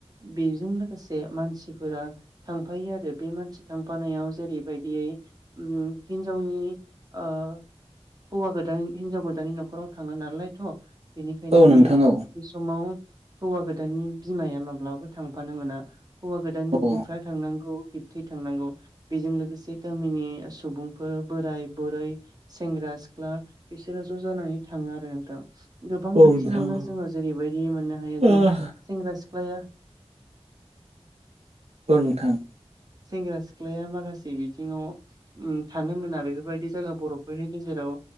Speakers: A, on the right; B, on the right.
A: बेजों लोगोसे मानसिफोरा थांफायो आरो। बे मानसि थांफानायाव जेरैबायदियै ओ हिन्जावनि ओ हौवा गोदान हिनजाव गोदान न'खराव थाङो नालायथ' बेनिखायनो
B: औ नोंथां
A: बे
B: औ
A: बे समाव हौवा गोदाननि बिमाया माब्लाबाबो थांफानो मोना। हौवा गोदाननि
B: औ
A: बिफा थांनांगौ बिबथै थांनांगौ बेजों लोगोसे गामिनि सुबुंफोर बोराय बुरै सेंग्रा सिख्ला बिसोरो ज' जानानै थाङो आरो नोंथां। गोबां
B: औ
A: बिथिङावनो
B: नोंथां औ
A: जोङो जेरैबायदि मोननो हायो
B: औ
A: जे सेंग्रा सिख्लाया
B: औ नोंथां।
A: सेंग्रा सिख्लाया माखासे बिथिङाव थानो मोना बेफोरबायदि जायगा बर' बनि गेजेराव